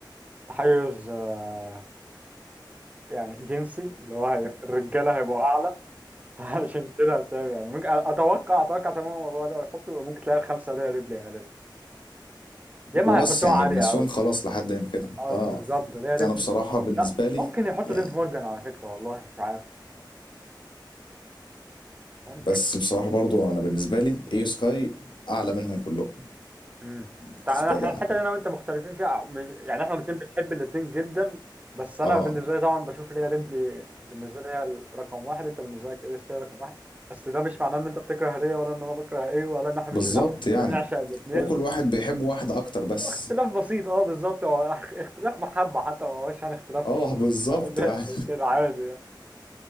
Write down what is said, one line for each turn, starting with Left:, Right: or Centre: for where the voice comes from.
Right: تحيز آه، يعني جنسي اللي هو هي- الرجاله هيبقوا اعلى <laughs> علشان كده هتلاقي يعني ممكن أ- اتوقع اتوقع تماما الموضوع ده يحطوا ممكن تلاقي الخمسه دي ريبلي غالبا يا اما
Left: وبس
Right: هيحطوها
Left: يعني
Right: عاليه
Left: النسوان
Right: قوي
Left: خلاص لحد هنا كده
Right: اه
Left: اه
Right: بالظبط ده ريبلي
Left: أنا بصراحة بالنسبة
Right: لا
Left: لي
Right: ممكن يحطوا
Left: يعني
Right: ليف مورجان على فكره والله مش عارف ممكن
Left: بس بصراحة برضو أنا بالنسبة لي إيه سكاي أعلى منهم كلهم
Right: امم
Left: بالنسبة
Right: تعالى إحنا-
Left: لي
Right: الحته
Left: أنا
Right: دي انا وانت مختلفين فيها مش يعني احنا الاثنين بنحب الاثنين جدا بس انا
Left: اه
Right: اه بالنسبه لي طبعا بشوف ريا ريبلي بالنسبه لي هي رقم واحد انت بالنسبه لك ايوه هي رقم واحد بس ده مش معناه ان انت بتكره ريا ولا ان انا بكره ايه ولا ان احنا مش
Left: بالظبط
Right: إحنا
Left: يعني
Right: بنعشق الاثنين
Left: هو كل
Right: بس
Left: واحد بيحب واحد أكتر بس
Right: اختلاف بسيط اه بالظبط هو اخ- اختلاف اه محبه حتى ما هوش يعني اختلاف
Left: اه بالظبط
Right: اداء
Left: يعني
Right: او كده عادي يعني